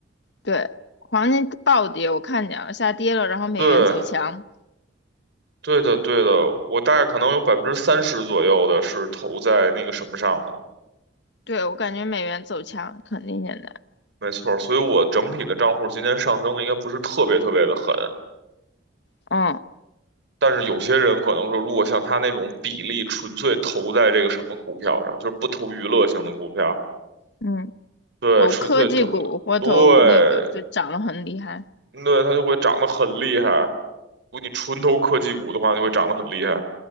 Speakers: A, on the left (about 65°); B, on the right (about 65°).
A: 对，黄金暴跌，我看见了，下跌了，然后美元走强。
B: 对，对的，对的，我大概可能有百分之三十左右的是投在那个什么上的，
A: 对，我感觉美元走强肯定现在，
B: 没错儿所以我整体的账户今天上升的应该不是特别特别的狠，
A: 嗯
B: 但是有些人可能说，如果像他那种比例纯粹投在这个什么股票上，就是不投娱乐性的股票。
A: 嗯，
B: 对，
A: 投科技股或投那个就涨得很厉害。
B: 纯粹投，对，对，它就会涨得很厉害。如果你纯投科技股的话，就会长得很厉害。